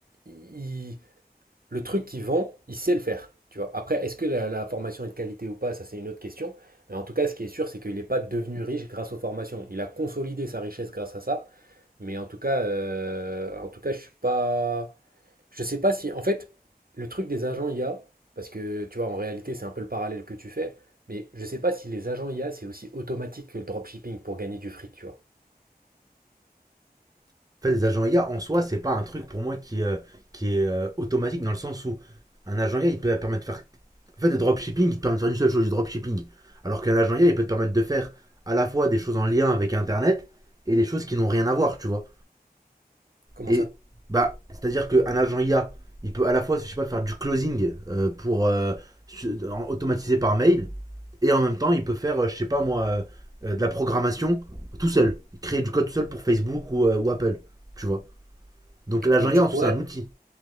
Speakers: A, on the right; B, on the right.
A: il- le truc qu'il vend, il sait le faire, tu vois. Après, est-ce que la, la formation est de qualité ou pas, ça, c'est une autre question. Mais en tout cas, ce qui est sûr, c'est qu'il n'est pas devenu riche grâce aux formations. Il a consolidé sa richesse grâce à ça. Mais en tout cas, euh, en tout cas, je suis pas. Je sais pas si. En fait, le truc des agents IA, parce que tu vois, en réalité, c'est un peu le parallèle que tu fais, mais je sais pas si les agents IA, c'est aussi automatique que le dropshipping pour gagner du fric, tu vois.
B: En fait, les agents IA, en soi, c'est pas un truc pour moi qui, euh, qui est euh, automatique dans le sens où un agent IA, il peut permettre de faire En fait, le dropshipping, il te permet de faire une seule chose, du dropshipping. Alors qu'un agent IA, il peut te permettre de faire à la fois des choses en lien avec Internet et des choses qui n'ont rien à voir, tu vois.
A: Comment
B: Et
A: ça?
B: bah, c'est-à-dire qu'un agent IA, il peut à la fois, je sais pas, faire du closing euh, pour euh, automatiser par mail et en même temps, il peut faire, euh, je sais pas moi, euh, euh, de la programmation tout seul, créer du code tout seul pour Facebook ou, euh, ou Apple, tu vois. Donc l'agent
A: Donc
B: IA,
A: tu pourrais,
B: en c'est un outil.